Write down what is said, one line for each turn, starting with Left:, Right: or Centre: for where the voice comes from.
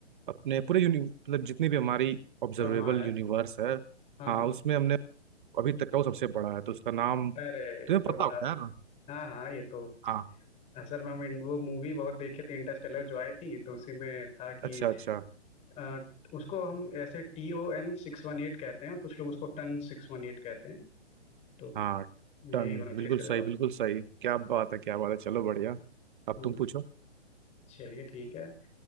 Right: अपने पूरे यूनि मतलब जितनी भी हमारी ऑब्जर्वेबल
Left: ब्रह्मांड है
Right: यूनिवर्स है
Left: हाँ
Right: हाँ
Left: हाँ
Right: उसमें हमने अभी तक का वो सबसे बड़ा है तो उसका नाम
Left: अरे
Right: तुम्हें
Left: ये
Right: पता
Left: तो बड़ा
Right: होगा
Left: सा
Right: यार
Left: हाँ हाँ ये तो
Right: हाँ
Left: असल में हम इन- वो मूवी बहुत देखे थे इंटरस्टेलर जो आई थी तो उसी में था कि
Right: अच्छा अच्छा
Left: अ, उसको हम ऐसे टी ओ एन सिक्स वन एट कहते हैं कुछ लोग उसको टन सिक्स वन एट कहते हैं तो
Right: हाँ
Left: यही
Right: टन
Left: होना चाहिए
Right: बिल्कुल
Left: इसका
Right: सही
Left: जवाब
Right: बिल्कुल सही क्या बात
Left: हम्म,
Right: है क्या बात है चलो बढ़िया अब
Left: हम्म,
Right: तुम पूछो
Left: चलिए ठीक है